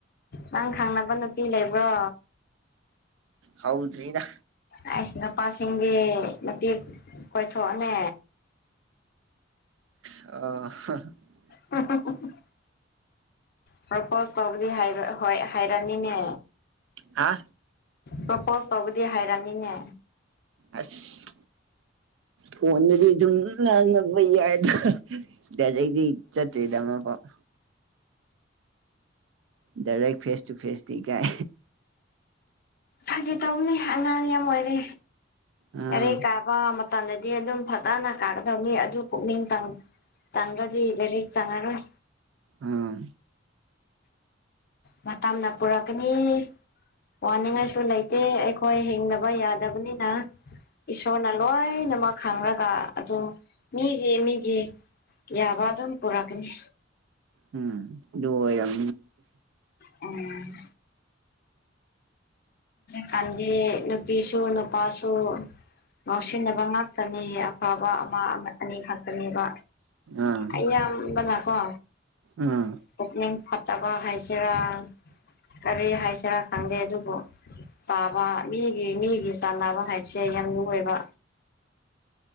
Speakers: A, on the left; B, on the right.
A: ꯅꯪ ꯈꯪꯅꯕ ꯅꯨꯄꯤ ꯂꯩꯕ꯭ꯔꯣ
B: ꯍꯥꯎꯗ꯭ꯔꯤꯗ
A: ꯑꯩꯁ ꯅꯨꯄꯥꯁꯤꯡꯗꯤ ꯅꯨꯄꯤ ꯀꯣꯏꯊꯣꯛꯅꯦ
B: ꯑ <unintelligible>
A: ꯎꯝ ꯎꯝ ꯎꯝ ꯎꯝ ꯄ꯭ꯔꯄꯣꯁ ꯇꯧꯕꯗꯤ ꯍꯥꯏꯔꯝꯃꯥꯃꯤꯅꯦ
B: ꯍꯥ
A: ꯄ꯭ꯔꯣꯄꯣꯁ ꯇꯧꯕꯗꯤ ꯍꯥꯏꯔꯝꯅꯤꯅꯦ
B: ꯑꯁ ꯐꯣꯟꯗꯗꯤ ꯑꯗꯨꯝ ꯉꯥꯡꯅꯕ ꯌꯥꯏꯗ ꯗꯩꯗꯤ ꯆꯠꯇꯣꯏꯦꯗ ꯑꯃ ꯄꯥꯎ ꯗꯏꯔꯦ ꯐꯦꯁ ꯇꯨ ꯐꯦꯁ ꯊꯈꯥꯏ
A: ꯐꯒꯦ ꯇꯧꯕꯅꯦ ꯑꯉꯥꯡ ꯌꯥꯝ ꯑꯣꯏꯔꯦ
B: ꯑꯥ
A: ꯔꯩ ꯀꯥꯕ ꯃꯇꯝꯗꯗꯤ ꯑꯗꯨꯝ ꯐꯖꯅ ꯀꯥꯒꯗꯕꯅꯤ ꯑꯗꯨ ꯄꯨꯛꯅꯤꯡ ꯆꯪ ꯆꯪ꯭ꯔꯗꯤ ꯂꯩꯔꯤ ꯆꯪꯉꯔꯣꯏ
B: ꯑꯥ
A: ꯃꯇꯝꯅ ꯄꯨꯔꯛꯀꯅꯤ ꯋꯥꯅꯤꯡꯉꯥꯏꯁꯨ ꯂꯩꯇꯦ ꯑꯩꯈꯣꯏ ꯍꯤꯡꯗꯕ ꯌꯥꯗꯕꯅꯤꯅ ꯏꯁꯣꯔꯅ ꯂꯣꯏꯅꯃꯛ ꯈꯪꯔꯒ ꯑꯗꯨ ꯃꯤꯒꯤ ꯃꯤꯒꯤ ꯌꯥꯕ ꯑꯗꯨꯝ ꯄꯨꯔꯛꯀꯅꯤ
B: ꯎꯝ ꯑꯗꯨ ꯌꯥꯝ
A: ꯎꯝ ꯀꯥꯟꯗꯦ ꯅꯨꯄꯤꯁꯨ ꯅꯨꯄꯥꯁꯨ ꯉꯥꯎꯁꯤꯟꯅꯕ ꯉꯥꯛꯇꯅꯤ ꯑꯐꯕ ꯑꯃ ꯑꯅꯤ ꯉꯥꯛꯇꯅꯦꯕ
B: ꯑꯥ
A: ꯑ ꯌꯥꯝꯝꯕꯅꯥꯀꯣ
B: ꯑꯥ
A: ꯄꯨꯛꯅꯤꯡ ꯐꯠꯇꯕ ꯍꯥꯏꯖꯔꯥ ꯀꯔꯤ ꯍꯥꯏꯁꯤꯔꯥ ꯈꯪꯗꯦ ꯑꯗꯨꯕꯨ ꯆꯥꯕ ꯃꯤꯒꯤ ꯃꯤꯒꯤ ꯆꯥꯟꯅꯕ ꯍꯥꯏꯕꯁꯦ ꯌꯥꯝ ꯂꯨ ꯑꯣꯏꯕ